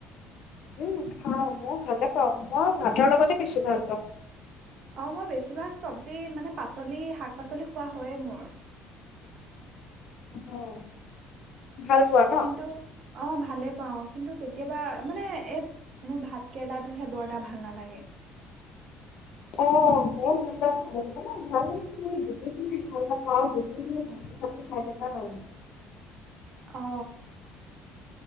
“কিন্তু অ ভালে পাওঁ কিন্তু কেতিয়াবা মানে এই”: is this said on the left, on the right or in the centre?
Right